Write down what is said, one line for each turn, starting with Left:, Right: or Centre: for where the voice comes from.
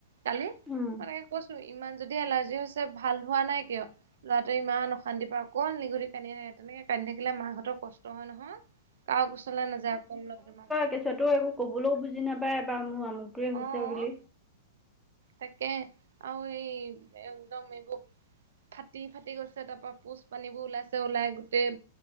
Right: কালি,
Centre: উম
Right: মানে কৈছো ইমান যদি এলাৰ্জি হৈছে ভাল হোৱা নাই কিয়? লৰাটোৱে ইমান অশান্তি পায় অকল নিগূতি কান্দিয়ে থাকে, তেনেকে কান্দি থাকিলে মাকহঁতৰ কষ্ট হয় নহয়। কাৰো কোচলে নাযায় অকল লৰাটো মাঁক-
Centre: কেঁচুৱা টো একো কবলৈও বুজি নাপায় বাৰ মোৰ আমুকটোৱে হৈছে
Right: অ
Centre: বুলি।
Right: তাকে আৰু এই একদম এইবোৰ ফাটি ফাটি গৈছে তাৰ পৰা পূজপানীবোৰ ওলাইছে, ওলাই গোটেই